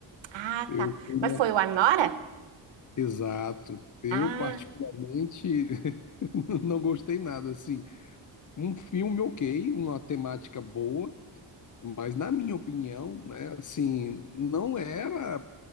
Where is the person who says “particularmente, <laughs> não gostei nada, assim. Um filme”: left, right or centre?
Left